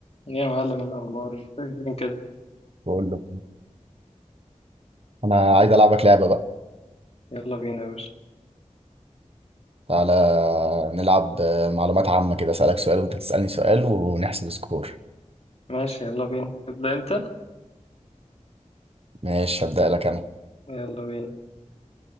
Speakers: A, on the left (about 55°); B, on the right (about 50°).
A: يا معلم الأخبار فين كده
B: بقول له انا عايز العبك لعبه بقى
A: يلا بينا يا باشا
B: تعالى نلعب آه، معلومات عامه كده اسالك سؤال وانت تسالني سؤال ونحسب سكور
A: ماشي يلا بينا ابدأ أنت
B: ماشي هبدا لك انا
A: يلا بينا